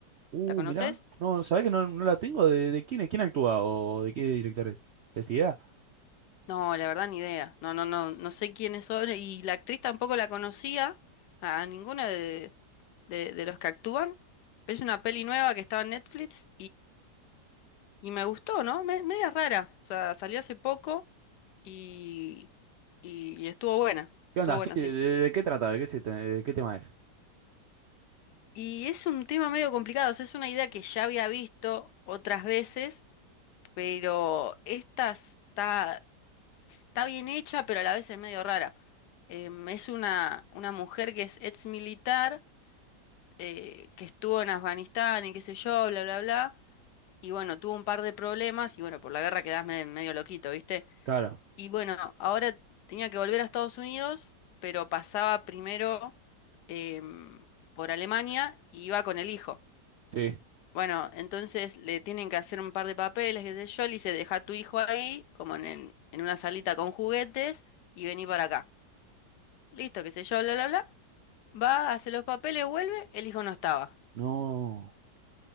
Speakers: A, on the right; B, on the left.
A: Uh,
B: ¿La conoces?
A: mirá. No, ¿sabés que no, no la tengo? ¿De, de quién es? ¿Quién actúa? ¿O de qué directores? ¿Es idea?
B: No, la verdad ni idea. No, no, no, no sé quiénes son, y la actriz tampoco la conocía, a, a ninguna de, de, de los que actúan, pero es una peli nueva que estaba en Netflix Y me gustó, ¿no? Me- media rara. O sea, salió hace poco y, y, y estuvo buena.
A: ¿Qué
B: Estuvo
A: onda?
B: buena,
A: Sí, ¿de,
B: sí.
A: de- de qué trata? ¿De qué, se, te- de qué tema es?
B: Y es un tema medio complicado. O sea, es una idea que ya había visto otras veces, pero esta está, está bien hecha, pero a la vez es medio rara. Em, es una, una mujer que es ex militar, eh, que estuvo en Afganistán y qué sé yo, bla, bla, bla. Y bueno, tuvo un par de problemas y bueno, por la guerra quedás me- medio loquito, ¿viste?
A: Claro,
B: Y bueno, ahora tenía que volver a Estados Unidos, pero pasaba primero em, por Alemania y iba con el hijo.
A: sí.
B: Bueno, entonces le tienen que hacer un par de papeles, qué sé yo, le dice, deja a tu hijo ahí, como en, el- en una salita con juguetes, y vení para acá. Listo, qué sé yo, bla, bla, bla. Va, hace los papeles, vuelve, el hijo no estaba.
A: No.